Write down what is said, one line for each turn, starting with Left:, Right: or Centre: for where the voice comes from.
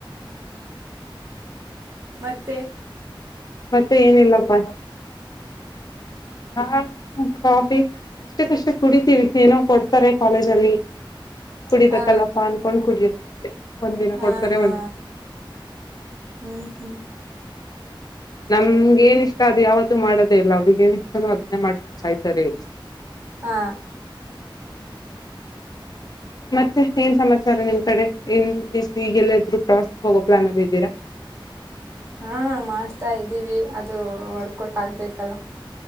Right: ಮತ್ತೇ.
Left: ಮತ್ತೆ ಏನಿಲ್ಲಪ್ಪಾ. ಚಾ ಕಾಫಿ ಅಷ್ಟುಕಷ್ಟು ಕುಡಿತೀವಿ ಏನೋ ಕೊಡ್ತಾರೆ ಕಾಲೇಜಲ್ಲಿ. ಕುಡಿಬೇಕಲ್ಲಪ್ಪಾ
Right: ಹಾ
Left: ಅನ್ಕೊಂಡ್ ಕುಡಿಯೋದು ಅಷ್ ಹೆ ಒಂದ್ ದಿನ
Right: ಹಾ
Left: ಕೊಡ್ತಾರೆ
Right: ಹಾ
Left: ಒಂದಿನ
Right: ಹ್ಮ್ ಹ್ಮ್
Left: ನಮ್ಗೆ ಏನ ಇಷ್ಟ ಅದು ಯಾವತ್ತೂ ಮಾಡೋದೇ ಇಲ್ಲ ಅವ್ರಿಗ್ ಏನ ಇಷ್ಟಾನ ಅದನ್ನೇ ಮಾಡ್ಕೊಂಡ್ ಸಾಯ್ತಾರೆ ಇಲ್
Right: ಹಾ
Left: ಮತ್ತೆ ಏನ್ ಸಮಾಚಾರ ನಿಮ್ ಕಡೆ ಇನ್ ಈಗೆಲ್ಲಾದ್ರು ಪ್ರವಾಸಕ್ಕೆ ಹೋಗೋ ಪ್ಲಾನ್ ಅಲ್ಲಿದಿರ.
Right: ಹಾ ಮಾಡ್ತಾ ಇದ್ದೀವಿ ಅದು ವರ್ಕೌಟ್ ಆಗ್ಬೇಕಲ್ಲ.